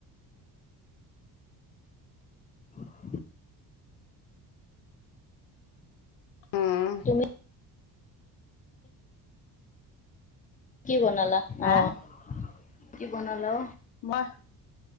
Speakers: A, on the left; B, on the left.
A: <inaudible>
B: উম
A: তুমি কি বনালা
B: হা
A: অ', কি বনালো।
B: মই,